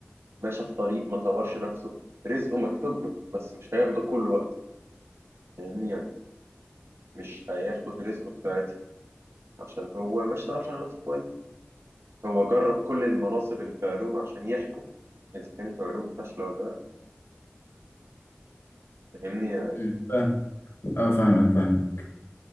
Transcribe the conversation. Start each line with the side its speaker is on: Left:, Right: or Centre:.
Right: ماشي في طريق ما طورش نفسه رزقه مكتوب له بس مش هياخده كل وقت فاهمني يعني مش هياخد رزقه في ساعتها عشان هو ما اشتغلش على نفسه كويس هو جرب كل المناصب اللي في علوم عشان يحكم اذا كانت علوم فاشله ولا لا فاهمني
Left: مم. اه فاهمك فاهمك